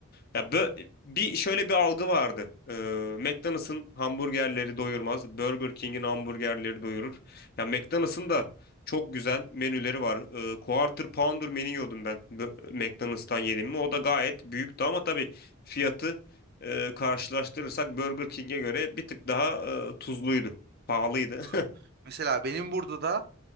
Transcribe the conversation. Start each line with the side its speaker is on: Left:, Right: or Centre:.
Left: Ya bö- bir şöyle bir algı vardı. Ee, McDonald's'ın hamburgerleri doyurmaz. Burger King'in hamburgerleri doyurur. Ya McDonald's'ın da çok güzel menüleri var. Ee, Quarter Pounder menü yiyordum ben. Bö- McDonald's'tan yedim mi? O da gayet büyüktü ama tabii fiyatı e, karşılaştırırsak Burger King'e göre bir tık daha e, tuzluydu. Pahalıydı.
Right: Ha. Mesela benim burada da